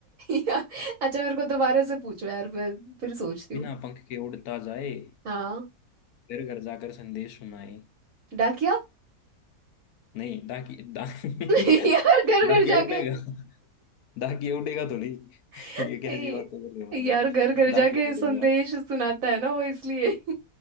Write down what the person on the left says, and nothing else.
बिना
पंख के उड़ता जाए
घर घर जाकर संदेश सुनाए
नहीं डाकी डा <laughs>
डाकिया
उड़ेगा डाकिया उड़ेगा थोड़ी
ये कैसी
बात कर रहे हो मतलब
डाकिया
उड़ेगा